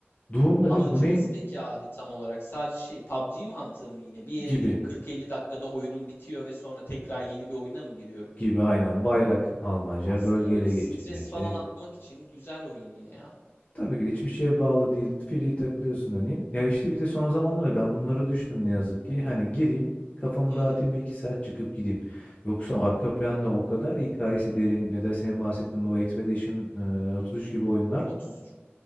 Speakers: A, on the left; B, on the left.
A: Doğumla
B: Amacımız
A: değil mi? Bu neyin
B: peki abi tam olarak sadece şey PUBG mantığı mı yine? Bir yere
A: gibi?
B: girip 40-50 dakikada oyunum bitiyor ve sonra tekrar yeni bir oyuna mı giriyorum?
A: Gibi aynen. Bayrak almaca,
B: Aslında
A: bölgele
B: böyle stres
A: geçirmece.
B: falan atmak için güzel oyun yine ya.
A: Tabii ki de hiçbir şeye bağlı değil. Free takılıyorsun hani. Ya işte bir de son zamanlarda ben bunlara düştüm ne yazık ki. Hani gireyim, kafamı
B: Hı
A: dağıtayım
B: hı.
A: bir iki saat çıkıp gideyim. Yoksa arka planda o kadar hikayesi derin ya da senin bahsettiğin bu Expedition e, 33 gibi oyunlar
B: 33.